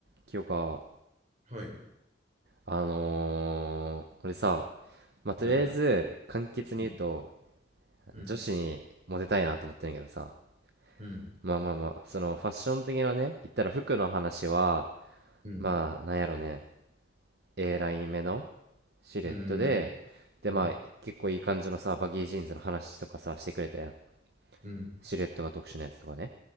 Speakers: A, on the right; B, on the right.
A: 清か
B: はい。
A: あのー俺さ、まあ、とりあえず簡潔に言うと
B: はいはい。うん。うん。
A: 女子にモテたいなと思ってるんやけどさ
B: うん。
A: まあまあまあそのファッション的なね言ったら服の話は
B: うん。
A: まあなんやろね A ライン目のシルエットで
B: うん。
A: でまあ結構いい感じのさバギージーンズの話とかさしてくれたやん
B: うん。うん。
A: シルエットが特殊なやつとかね